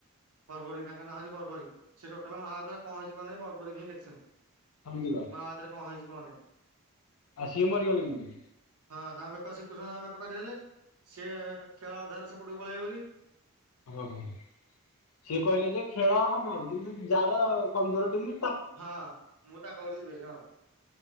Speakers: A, on the right; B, on the left.
A: ବର୍ବରୀ ତାଙ୍କ ନାଁଉଛି ବର୍ବରୀ ସିଏ ଟୋଟାଲ ମହାଭାରତ କଣହେଇଛି କଣ ନାହିଁ ବର୍ବରୀ ହିଁ ଦେଖିଛନ୍ତି।
B: ଥଲୀଅ।
A: ମହାଭାରତରେ କଣ ହେଇଚି କଣନାଇ?
B: ଆଉ ସିଏ ମାରିଗଲେ କେମତି?
A: ହଁ ତାଙ୍କ ବେକ ଶ୍ରୀକୃଷ୍ଣ ତାଙ୍କ ବେକ କାଟିଦେଲେ ସିଏ ଖେଳଅଧାରେ ସେପଟକୁ ପଳେଇବେ ବୋଲି।
B: ଓ ହୋ, ସିଏ କହିଲେ ଯେ ଖେଳ ହବ କିଂତୁ ଯାର କମଜୋର ଟିମ
A: ହଁ ମୁଁ ତାଙ୍କ ପଟିକି <unintelligible> ହଁ।